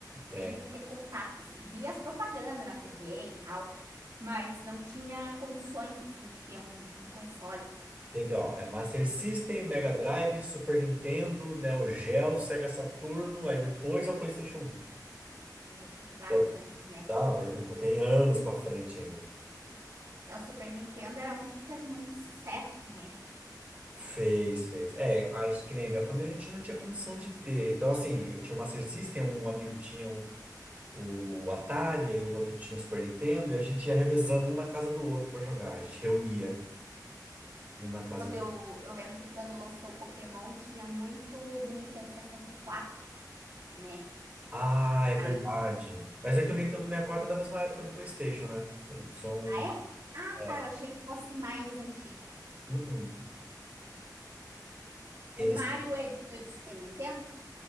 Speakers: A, on the right (about 55°); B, on the right (about 20°).
A: nem
B: é,
A: ter contatos e Via as propagandas na TV e tal, mas não tinha condições, assim, de ter um, um console.
B: teve, ó, é Master System, Mega Drive, Super Nintendo, Neo Geo, Sega Saturno, aí depois é o PlayStation um
A: É, teve vários
B: Tá,
A: antes, né?
B: tá, teve, tem anos pra frente ainda.
A: É, o Super Nintendo era um que fez muito sucesso, né?
B: Fez, fez. É, a, gente- que nem minha família a gente não tinha condição de ter. Então, assim, eu tinha o Master System, um amigo tinha o, o Atari, e o outro tinha o Super Nintendo, e a gente ia revezando um na casa do outro pra jogar. A gente reunia um na casa
A: Quando
B: do.
A: eu, eu lembro que quando lançou o Pokémon, tinha muito do Nintendo sessenta e quatro né?
B: Ah, é verdade.
A: Aí,
B: Mas é que o Nintendo 64 é da mesma época do PlayStation, né? São. são-
A: ah, é? Ah,
B: é.
A: tá, eu achei que fosse mais antigo.
B: Uh-uh. Eles,
A: O Mario é de, é do Super Nintendo?